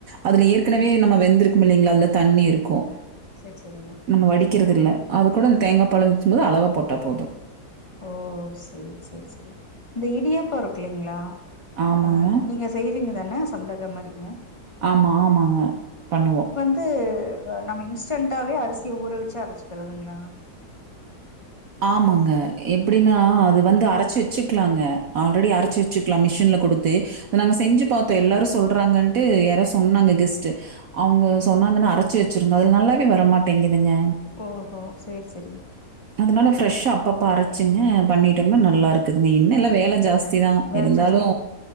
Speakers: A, on the right (about 65°); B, on the left (about 20°).
A: அதுல
B: ம்
A: ஏற்கனவே நம்ம வெந்துரு மில்லிங்களா அதுல தண்ணி
B: ம்
A: இருக்கு
B: சேரி சேரிங்க
A: நம்ம வடிக்கிறதில்ல அது கூட இந்த தேங்கா பால ஊத்தும்போது அளவா போட்டா போது
B: ஓ சேரி சேரி சேரி இந்த இடியாப்போ இருக்குல்லிங்களா
A: ஆமாங்க.
B: ஆ நீங்க செய்யறீங்க தானே சொந்தக மாரிங்க
A: ஆமா ஆமாங்க பண்ணுவோ
B: இது நம்ம இன்ஸ்டன்டாவே அரிசிய ஊற வச்சு அரச்சுக்கறதுங்களா
A: ஆமாங்க எப்டின்னா அது வந்து அரைச்சு வச்சுக்கலாங்க ஆல்ரெடி
B: ம்
A: அரைச்சி வச்சிக்லா மிஷின்ல குடுத்து நாங்க செஞ்சி பாத்தோ எல்லாரு சொல்கிறாங்கன்ட்டு யாரா சொன்னாங்க கெஸ்ட்டு அவங்க சொன்னாங்கன்னு அரைச்சு வச்சிருந்தோ அதுல நல்லாவே வரமாட்டேங்குதுங்க
B: ஓஹோ சேரி சேரி
A: அந்த மாதிரி ஃப்ரெஷ்ஷா அப்பப்ப அரைச்சிங்க பண்ணிட்டோம்னா நல்லா இருக்குதுங்க என்னெல்லா வேல ஜாஸ்தி தா
B: வேல
A: இருந்தாலு
B: ஜாஸ்தி